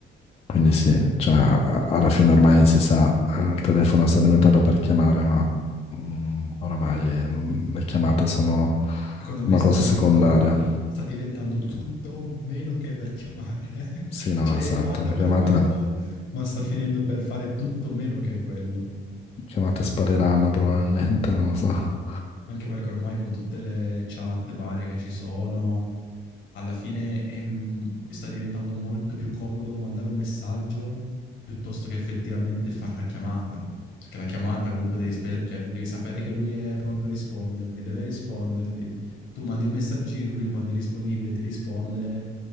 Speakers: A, on the left; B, on the left.
A: quindi sì, cioè, a- alla fine ormai si sa, eh, il telefono sta diventato per chiamare, ma mm, oramai non- le chiamate sono
B: Secondo me
A: una
B: sta
A: cosa
B: diventando,
A: secondaria.
B: sta diventando tutto meno che per chiamare. <laughs>
A: Sì, no,
B: cioè
A: esatto,
B: è nato
A: le
B: per
A: chiamate,
B: quello, ma sta finendo per fare tutto meno che quello.
A: le chiamate spariranno probabilmente, non lo so.
B: Anche perché ormai con tutte le chat varie che ci sono, alla fine è m- sta diventando molto più comodo mandare un messaggio piuttosto che effettivamente fare la chiamata. Perché la chiamata comunque devi, spe- cioè, devi sapere che lui è pronto a risponderti, deve risponderti. Tu mandi il messaggino, lui quando è disponibile ti risponde